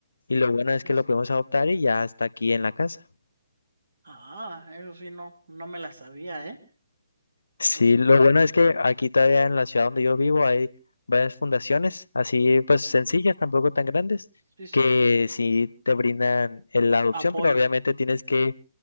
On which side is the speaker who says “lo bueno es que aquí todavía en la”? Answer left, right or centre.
Left